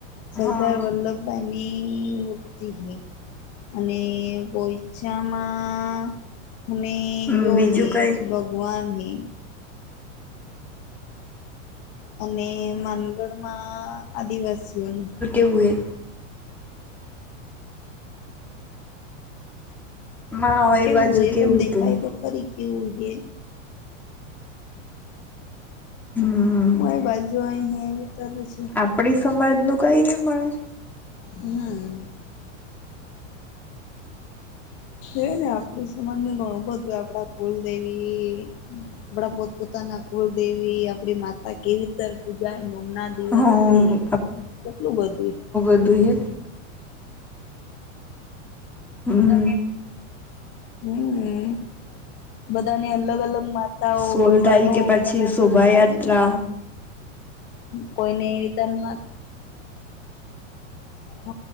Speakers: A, on the left; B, in the centre.
A: સરદાર
B: હા
A: વલ્લભ ભાઈ ની મૂર્તિ હૈ અને પોઈચામાં હમે
B: હમ
A: યો
B: બીજું
A: હૈ
B: કઈ
A: ભગવાન હૈ અને માનગઢ માં આદિવાસીઓ
B: તુંવેર ના
A: કેવું
B: બાજુ
A: હોય એ
B: કેવું
A: તને દેખાય
B: તું
A: તો ખરી કેવું એ
B: હમ
A: હું બાજુ <unintelligible> તાર છે
B: આપણી સમાજ નું કંઈ નહીં મળે
A: હમ્મ છે ને આપણી સમાજ નું ઘણું બધું આપડા કુલદેવી આપણા પોતપોતાના કુળદેવી આપડી માતા કેવી ઉતર પૂજા નોમ ના દિવસે
B: હા
A: કેટલું બધું
B: હે હમ્મ
A: હમ્મ બધાને અલગ અલગ માતાઓ
B: સોળ
A: ભગવાનો
B: તારીખે પછી
A: બધાને અલગ
B: શોભાયાત્રા
A: અલગ ની મળે કોઈને રીતનમાં હ